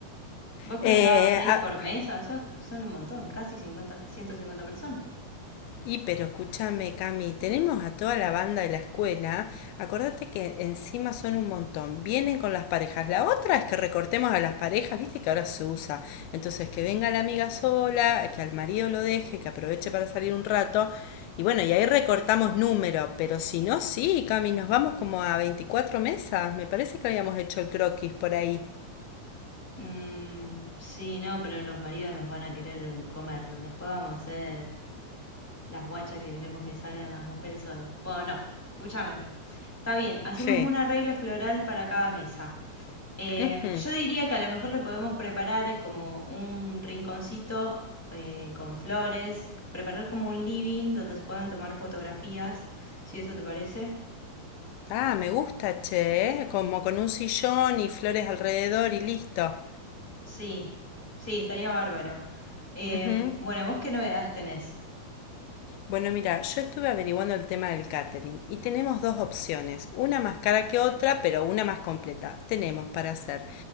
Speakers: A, in the centre; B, on the left.
A: Vos
B: Eh,
A: pensabas seis
B: ah,
A: por mesa, son, son un montón, casi cincuenta ciento cincuenta personas.
B: y pero escúchame, Cami, tenemos a toda la banda de la escuela. Acordate que encima son un montón. Vienen con las parejas. La otra es que recortemos a las parejas, viste que ahora se usa. Entonces, que venga la amiga sola, que al marido lo deje, que aproveche para salir un rato. Y bueno, y ahí recortamos número. Pero si no, sí, Cami, nos vamos como a 24 mesas. Me parece que habíamos hecho el croquis por ahí.
A: Mm, sí, no, pero los maridos nos van a querer comer. Después vamos a hacer las guachas que queremos que salgan las mujeres solas. Bueno, no, escúchame. Está bien, hacemos
B: Sí.
A: un arreglo floral para cada mesa. Eh,
B: Mm.
A: yo diría que a lo mejor le podemos preparar como un rinconcito eh, con flores, preparar como un living donde se puedan tomar fotografías, si eso te parece.
B: Ah, me gusta, che, ¿eh? Como con un sillón y flores alrededor y listo.
A: Sí, sí, estaría bárbaro. Eh,
B: Ujú.
A: bueno, ¿vos qué novedades tenés?
B: Bueno, mira, yo estuve averiguando el tema del catering y tenemos dos opciones, una más cara que otra, pero una más completa. Tenemos para hacer